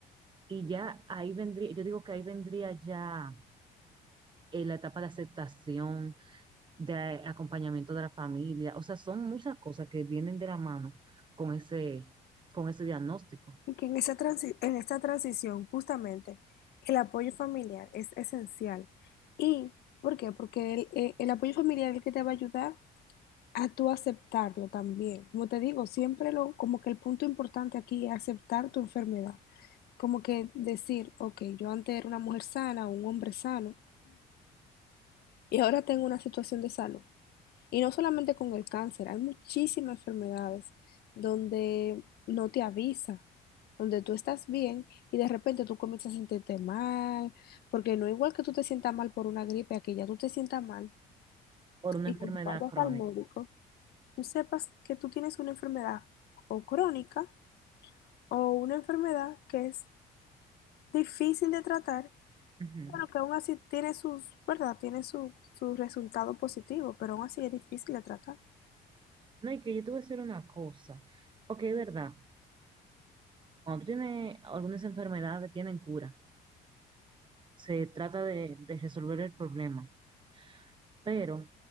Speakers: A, on the right (about 30°); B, on the left (about 70°).
A: Y ya ahí vendría, yo digo que ahí vendría ya eh, la etapa de aceptación, de acompañamiento de la familia. O sea, son muchas cosas que vienen de la mano con ese, con ese diagnóstico
B: que en esa transi- en esta transición, justamente, el apoyo familiar es esencial. ¿Y por qué? Porque el, eh, el apoyo familiar es el que te va a ayudar a tú aceptarlo también. Como te digo, siempre lo, como que el punto importante aquí es aceptar tu enfermedad. Como que decir, ok, yo antes era una mujer sana, un hombre sano, y ahora tengo una situación de salud. Y no solamente con el cáncer, hay muchísimas enfermedades donde no te avisa, donde tú estás bien y de repente tú comienzas a sentirte mal, porque no es igual que tú te sientas mal por una gripe, a que ya tú te sientas mal
A: por una
B: y
A: enfermedad
B: cuando vayas
A: crónica.
B: al médico, tú sepas que tú tienes una enfermedad o crónica o una enfermedad que es difícil de tratar,
A: Ujú.
B: pero que aún así tiene sus, ¿verdad? Tiene su, su resultado positivo, pero aún así es difícil de tratar.
A: No, y que yo te voy a decir una cosa. Ok, es verdad. Cuando tú tienes algunas enfermedades, tienen cura. Se trata de, de resolver el problema. Pero